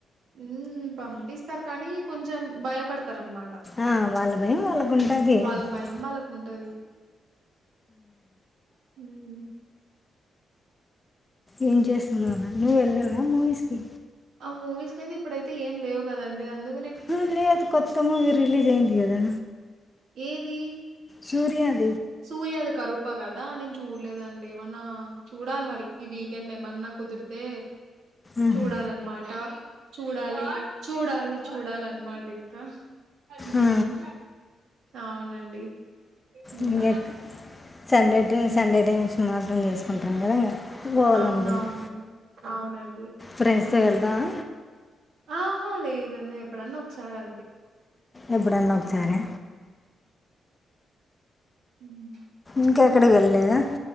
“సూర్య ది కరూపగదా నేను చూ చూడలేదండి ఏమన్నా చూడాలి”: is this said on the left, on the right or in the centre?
Right